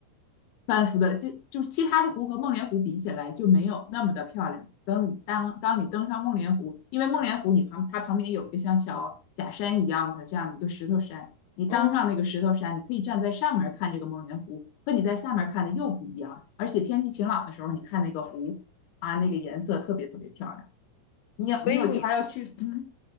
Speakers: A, on the left; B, on the left.
A: 半幅的，就就是其他的湖和梦莲湖比起来就没有那么的漂亮。等你当当你登上梦莲湖，因为梦莲湖你旁它旁边有一个像小假山一样的这样一个石头山，你当上那个石头山，
B: 嗯，
A: 你可以站在上面看这个梦莲湖，和你在下面看的又不一样。而且天气晴朗的时候，你看那个湖啊，那个颜色特别特别漂亮。你有你有计划要去嗯。
B: 所以你